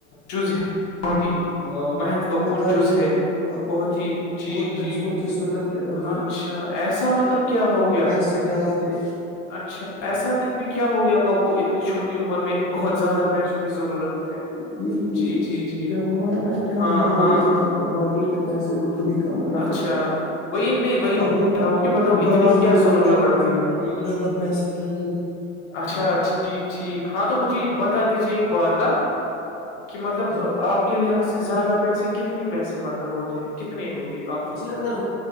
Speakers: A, on the left; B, on the left.
A: جز ہے بہت ہی مہت فپون
B: پت نہیں
A: جز ہے
B: ہم اب
A: بہت ہی جی
B: بہت پیسوں
A: جی
B: کی ضرورت ہے ابھی
A: ہاں اچھا اچا ایسا مطلب کیا ہو گیا
B: سے ڈالتی
A: اچھا ایسا تک کہ کیا ہو گیا تو آپ کو اتنی چھوٹی عمر میں بہت زیادہ پیسوں کی ضرورت ہے
B: کہ
A: جی جی جی
B: کیا وہ ہے نا کیا
A: ہاں
B: مانگ
A: ہاں
B: نہیں پاتے باقی کے پیسے تو خود ہی انا
A: اچھا
B: پڑتا ہے
A: وہی نہیں وہی
B: اب
A: کہہ
B: ان کا
A: رہا ہوں کہ
B: ان
A: مطلب
B: کا
A: اتنی
B: بلا ہو
A: کیا
B: جائے
A: ضرورت
B: گا
A: پڑ
B: وہ
A: گئی
B: ہمیں اگر
A: ہ ہ
B: زیادہ پیسے ڈٹا لیں گے
A: اچھا ٹھیک ٹھیک ہاں تو مجھے بتا دیجیے ایک بات آپ کہ مطلب
B: جی
A: آپ کے لحاظ سے زیادہ پیسے کتنے پیسے مطلب ہوتے ہیں کتنے ہوگے
B: جی اگر